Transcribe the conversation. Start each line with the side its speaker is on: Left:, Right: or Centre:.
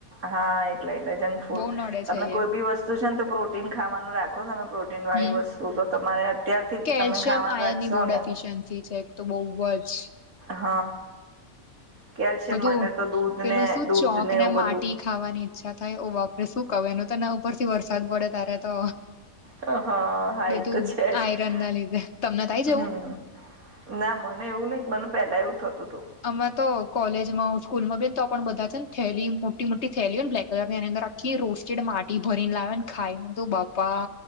Right: હા એટલે એટલે જંકફૂડ
Left: બહુ નડે
Right: તમે
Left: છે
Right: કોઈ
Left: એ
Right: બી વસ્તુ વું છે તો પ્રોટીન ખાવાનું રાખોને તમે પ્રોટીનવાળી
Left: હમ
Right: વસ્તુ તો તમારે અત્યારથી જ
Left: કેલ્શિયમ
Right: તમે ખાવાનું
Left: આયર્ન
Right: રાખશો
Left: ની બહુ ડ
Right: ને
Left: એફિશયન્સી છે એક તો બહુ જ
Right: હ કેલ્શિયમ
Left: બધું
Right: માટે તો દૂધ
Left: પેલું
Right: ને
Left: શું
Right: દૂધ
Left: ચોક
Right: ને એવું બધું
Left: માટી ખાવાની ઈચ્છા થાય ઓબાપરે શું કવ એ તોના ઉપરથી વરસાદ પડે તારે તો
Right: હા હા
Left: બધું
Right: એ તો છે
Left: આયરન
Right: જ
Left: ના લીધે તમને થાય જવું
Right: હમ ના મને એવું નય મને પેલા એવું થતું હતું
Left: અમે તો કોલેજ માં હું સ્કૂલમાં ગઈ તો પણ બધા છે ને થેલી મોટી મોટી થયેલી હો ને બ્લેક કલર ની અંદર આખી રોસ્ટેડ માટી ભરીને લાવે ને ખાયને તો બાપા